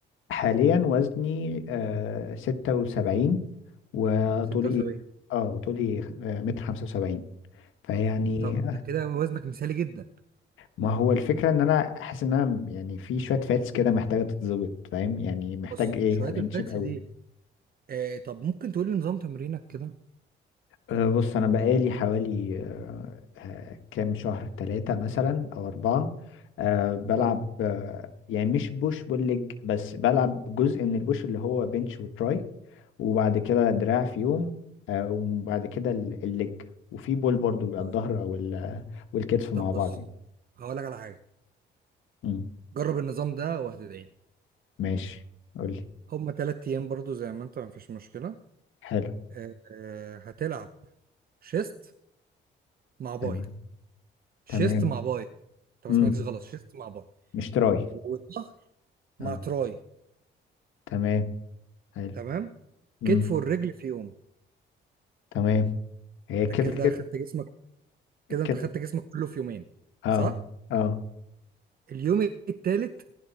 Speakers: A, on the left (about 85°); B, on the right (about 50°).
A: حاليا وزني آه 76 وطولي
B: 76
A: اه طولي آه متر 75 فيعني
B: طب انت كده وزنك مثالي جدا
A: ما هو الفكرة ان انا حاسس ان انا يعني في شوية فاتس كده محتاجة تتظبط فاهم يعني محتاج
B: بص
A: ايه
B: شويه
A: ابقى
B: الفاتس
A: شيب قوي
B: دي آه طب ممكن تقول لي نظام تمرينك كده
A: أه بص انا بقالي حوالي أه آه، كام شهر ثلاثة مثلا او اربعة أه بلعب
B: نعم
A: أه يعني مش بوش بول ليج بس بلعب جزء من البوش اللي هو بنش وتراي وبعد كده دراع في يوم أه وبعد كده ال- الليج وفي بول برضو بيبقى
B: طيب
A: الظهر او ال- والكتف مع
B: طب
A: بعض
B: بص
A: يعني.
B: هقول لك على حاجه
A: مم،
B: جرب النظام ده وهتدعي لي
A: ماشي قولي
B: هما تلات أيام برضو زي ما أنت مفيش مشكلة
A: حلو
B: آه، آه، هتلعب شيست مع باي
A: تمام
B: شيست
A: تمام
B: مع باي أنت ما
A: امم
B: سمعتش غلط شيست مع باي
A: مش تراي
B: والظهر مع
A: اه
B: تراي
A: تمام حلو
B: تمام
A: امم
B: كتف والرجل في يوم
A: تمام هي
B: أنت
A: كده
B: كده
A: كده
B: خدت جسمك كده أنت
A: كده
B: خدت جسمك كله في يومين
A: اه
B: صح؟
A: اه
B: اليوم التالت